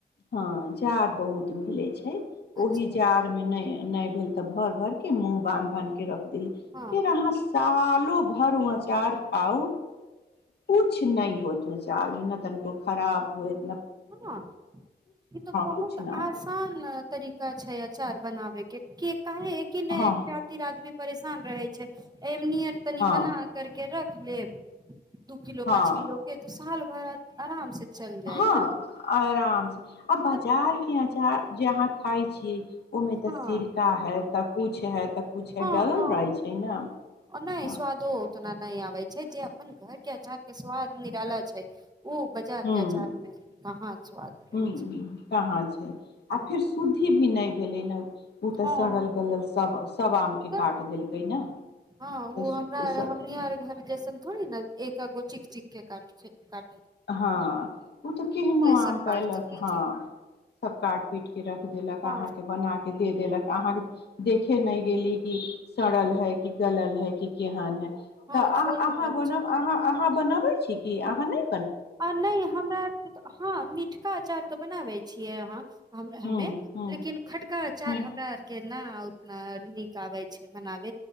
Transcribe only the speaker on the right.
अच्छा
हँ
हँ इ तो बहुत
आसान तरीका छै अचार बनाबे के की का एकी नहि
एक खातिर आदमी परेशान रहे छे ए नीअर तनी
बना करके र लेब दू किलो
पाँच किलो के देत चल आराम से चल जाइ
ने
तऽ
हँ
हँ
हँ
आ नहि स्वादो उतना नहि आबै छै जे अपन घर के अचार के स्वाद निराला छै छै ओ बजा
के अचार मे कहा ज्यादा रहै
छै
हूँ,
हँ
तऽ
हँ ओ
हमरा
हमनी आर घर जैसन थोड़ी ने एक अगो चिक चीक केटट
सब
काट देलकै
हँ
हँ
सही
बात
छै
आ नहि हमरा हँ मिठका अचाउ तऽ बनाबे छियै अहाँ हमे
लेकिन खटका अचार
हमरा आर के ला उतना नीक आबे छै बनाब